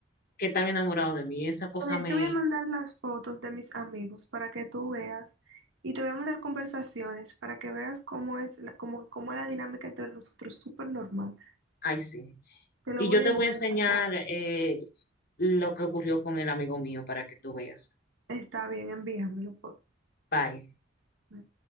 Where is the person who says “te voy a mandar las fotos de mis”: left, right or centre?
Right